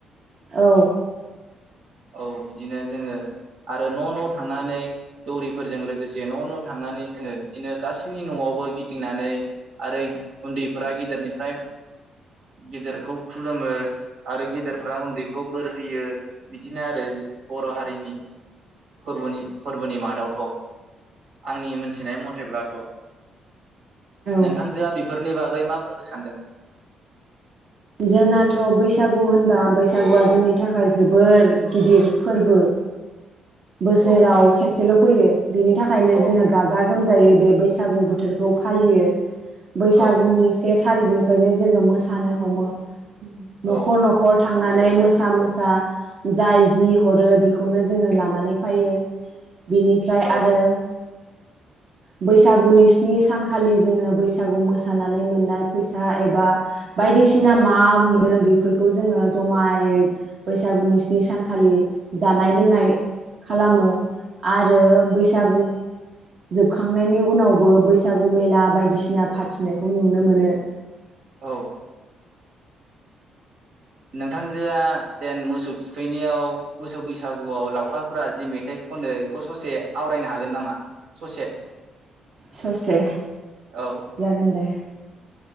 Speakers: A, on the right (about 60°); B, on the right (about 80°).
A: औ।
B: औ बिदिनो जोङो आरो न' न' थांनानै दौरिफोरजों लोगोसे न' न' थांनानै जोङो बिदिनो गासैनि न'आवबो गिदिंनानै आरै उन्दैफोरा गेदेरनिफ्राय गेदेरखौ खुलुमो आरो गेदेरफ्रा उन्दैखौ बोर होयो। बिदिनो आरोज बर' हारिनि फोरबुनि फोरबोनि मादावथ आंनि मोनथिनाय मथेब्लाथ नोंथांजोआ
A: औ
B: बेफोरनि बागै मा बुंनो सानदों?
A: जोंनाथ बैसागु होनबा बैसागुआ जोंनि थाखाय जोबोर गिदिर फोर्बो। बोसोराव
B: औ
A: खनेसे सेल फैयो। बिनि थाखायनो
B: औ
A: जोंङो गाजा गोमजायैब। बे बैसागु बोथोरखौ फालियो। बैसागुनि
B: औ
A: से। थारिखनिफ्रायनो जोंङो मोसानो हमो। <inaudible> नखर
B: औ
A: नखर। थांनानै मोसा मोसा जाय जि हरो बेखौनो जोङो लानानै फायो। बिनिफ्राय
B: ओ
A: आरो। बैसागुनि स्नि सानखालि जोङो बैसागु मोसानानै मोननाय फैसा एबा बायदिसिन सिना मा मोनो बेफोरखौ जोङो जमायै बैसागुनि स्नि सानखालि जानाय लोंनाय खालामो आरो बैसागु जोबखांनायनि उनावबो बैसागु मेला बायदिसिना फाथिनायखौ नुनो मोनो।
B: औ। नोंथांजोआ जेन मोसौ थुखैनियाव मोसौ बैसागुआव लावखारफोरा जि मेथाइ खनो इखौ ससे आवरायनो हागोन नामा? ससे।
A: ससे
B: औ
A: जागोन दे।